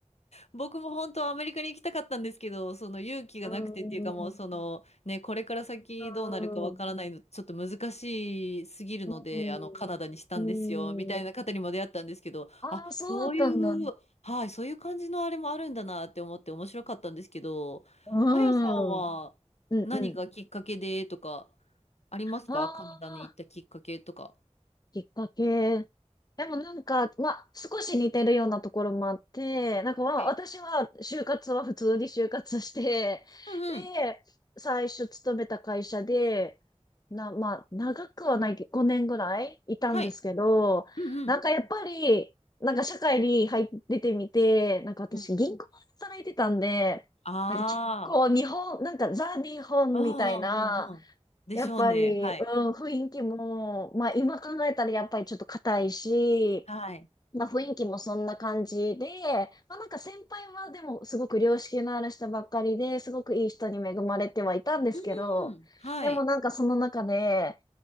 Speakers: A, on the left; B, on the left.
A: 僕も本当はアメリカに行きたかったんですけど、その勇気がなくてっていうかもうそのね、
B: あー
A: これから先どうなるかわからないの、
B: あー
A: ちょっと難しすぎるので、
B: うん、
A: あのカナダにしたんですよ、
B: うん。
A: みたいな方にも出会ったんですけど、
B: ああ、
A: あ、
B: そうだったんだ。
A: そういう、はい、そういう感じのあれもあるんだなって思って面白かったんですけど、
B: うん。
A: あやさんは何がきっかけでとか
B: うん、うん。
A: ありますかカナダに行ったきっかけとか。
B: あきっかけ。でもなんか、まあ、少し似てるようなところもあって、なんかまあ、
A: はい
B: 私は就活は普通に就活して、
A: うんうん。
B: で、最初勤めた会社で、な、まあ、長くはないけど、5年ぐらいいたんですけど、
A: はい。うんうん。
B: なんかやっぱり、なんか社会に入って出てみて、なんか私銀行で働いてたんで、
A: うん。ああ。
B: なんか結構日本、なんかザ・日本みたいな、
A: うんうんうんうん。でしょうね。
B: やっぱり、
A: はい。
B: うん、雰囲気も、まあ今考えたらやっぱりちょっと硬いし、
A: はい。
B: まあ雰囲気もそんな感じで、まあなんか先輩はでもすごく良識のある人ばっかりで、すごくいい人に恵まれてはいたんですけど、
A: うん。はい。
B: でもなんかその中で、